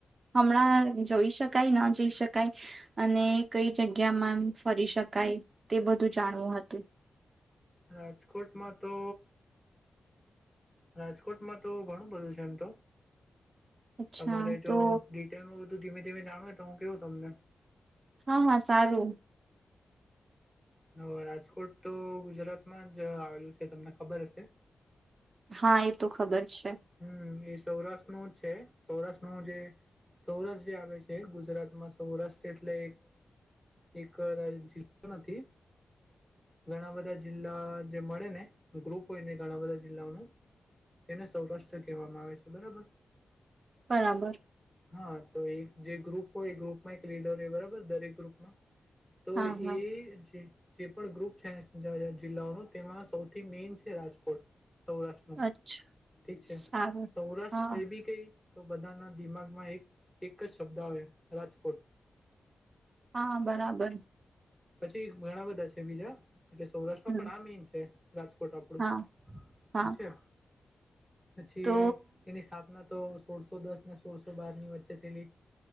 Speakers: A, on the right; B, in the centre.
A: હમણાં જઈ શકાય ન જઈ શકાય અને કઈ જગ્યામાં એમ ફરી શકાય તે બધું જાણવું હતું
B: રાજકોટમાં તો રાજકોટમાં તો ઘણું બધું છે એમ તો
A: અચ્છા
B: તમારે
A: તો
B: જો ડિટેલમાં બ ધુ ધીમે ધીમે જાણવુ તો હું કેવું તમને
A: હા હા સારું
B: હ રાજકોટ તો ગુજરાતમાં જ આવેલું છે તમને ખબર હશે
A: હા એ તો ખબર છે.
B: હમ્મ એ સૌરાષ્ટ્ર નું છે સૌરાષ્ટ્રમાં જે આવે છે ગુજરાતમાં સૌરાષ્ટ્ર એટલે એક જીવતો નથી ઘણા બધા જિલ્લા જે મળે ને ઘણા બધા જિલ્લાઓનું સૌરાષ્ટ્ર કહેવામાં આવે છે બરાબર
A: બરાબર
B: હા તો એક જે ગ્રુપ હોય એ ગ્રુપમાં એક લીડર હોય બરાબર દરેક ગ્રુપમાં તો
A: હા હા
B: એ જે જે પણ ગ્રુપ છે જ જિલ્લાઓનુ તેમાં સૌથી મેન છે રાજકોટ સૌરાષ્ટ્રનું
A: અચ્છા
B: ઠીક છે
A: સારું
B: સૌરાષ્ટ્ર
A: હા
B: કઈ ભી કઈ તો બધાના દિમાગમાં એક એક જ શબ્દ આવે રાજકોટ
A: હા બરાબર
B: પછી ઘણા બધા છે બીજા એટલે સૌરાષ્ટ્રમાં
A: હમ
B: પણ આ મેઇન છે. રાજકોટ આપડું
A: હા
B: ઠીક
A: હા
B: છે. પછી
A: તો
B: એની સ્થાપના તો સોળસો દસ ને સોળસો બારની વચ્ચે થયેલી